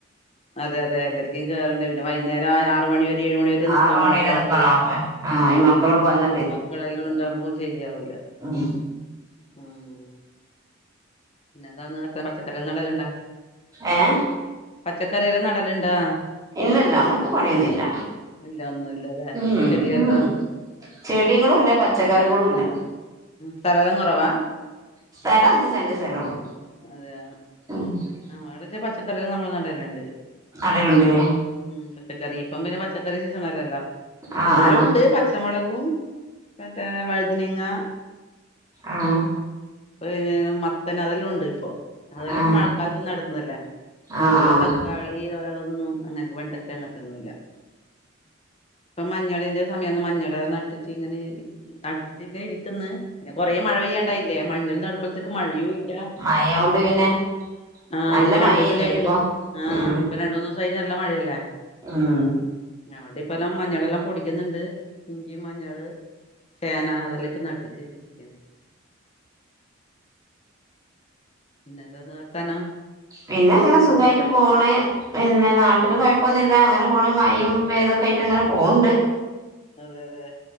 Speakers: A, on the left; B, on the right.
A: അതെ അതേ എല്ലാടക്കും കേറണ്ട പിന്നെ വൈന്നേരം ആറ് മണി വരെ ഒരു ഏഴ് മണി വരെ നിക്കാൻ
B: ആറ് മണി
A: പോണേ
B: വരെ
A: ഷോപ്പിലെല്ലാം
B: നിക്കണോ അപ്പൊ ആഹ് ഈ മക്കളൊക്കെ വന്നാ
A: അപ്പൊ മക്കളെല്ലാം ഉണ്ടാവുമ്പോ ശരിയാവൂല
B: ആഹ്
A: ഉം പിന്നെന്താന്ന് വെച്ചാ പച്ചക്കറി നടലുണ്ടാ
B: ഏഹ്
A: പച്ചക്കറി വല്ലോം നടലുണ്ടോ?
B: ഇല്ലല്ല അങ്ങനത്തെ പണിയൊന്നില്ല
A: ഇല്ല ഒന്നുംല്ലല്ലേ
B: ഉം ഉം
A: ചെടിയെല്ലാം
B: ഉം ഉം ചെടികളും ഇല്ല പച്ചക്കറികളും ഇല്ല
A: സ്ഥലെല്ലാം കൊറവാ
B: സ്ഥലം അഞ്ച് സെന്റ് സ്ഥലൊള്ളൂ
A: അതെയോ
B: <unintelligible>
A: നമ്മളെ ഇവടെ പച്ചക്കറികൾ നമ്മൾ നടലുണ്ട്
B: നടലുണ്ട്ലെ
A: ഉം പച്ചക്കറി ഇപ്പം പിന്നെ പച്ചക്കറി സീസണല്ലല്ലോ
B: ആഹ്
A: എന്നാലൂണ്ട് പച്ചമുളകും മറ്റേ വഴുതനങ്ങ
B: ആഹ്
A: വൈന്നേരം മ പിന്നെ അതെല്ലും ഉണ്ട് ഇപ്പൊ അതെല്ലാം
B: ആഹ് ആഹ്
A: മഴക്കാലത്ത് നടത്തുന്നതല്ലേ
B: ആഹ്
A: മറ്റുള്ള
B: ആഹ്
A: ത ക്കാളി ഒന്നും അങ്ങനത്തെ വെണ്ടക്കെ അങ്ങനത്തെന്നുല്ല മഞ്ഞളിന്റെ സമയന്ന് മഞ്ഞള് നട്ടിട്ട്ങ്ങനെ നട്ടിട്ടിങ്ങേ ഇരിക്കുന്ന് പിന്നെ കൊറേ മഴ പെയ്യാണ്ടായില്ലേ മഞ്ഞൾ നടുമ്പത്തേക്ക് മഴയും ഇല്ല
B: മയ കൊണ്ട് പിന്നെ
A: ആഹ്
B: നല്ല
A: ഇപ്പൊ രണ്ടൂസല്ലേ
B: മഴയല്ലേ
A: ആയിട്ടുള്ളു
B: ഇനിയിപ്പോ
A: ആഹ്
B: ഉം
A: ഇപ്പൊ രണ്ടൂന്ന്സായിട്ട് നല്ല മഴയല്ലേ
B: ഉം
A: ഞങടിപ്പെല്ലാം മഞ്ഞളെല്ലാം പൊടിക്കുന്നുണ്ട്. ഇഞ്ചി മഞ്ഞള് ചേന അതെല്ലാ ഇപ്പ നട്ടിട്ട് ഇരിക്കുന്നു പിന്നെന്താന്ന് വർത്താനോ
B: പിന്നങ്ങനെ സുഖായിട്ട് പോണ് പിന്നെ നാട്ടില് കൊഴപ്പൊന്നുല്ല അങ്ങനെ പോണ് മയും വേതൊക്കെ ആയിട്ടങ്ങനെ പോണ്ട്
A: അതെഅതെ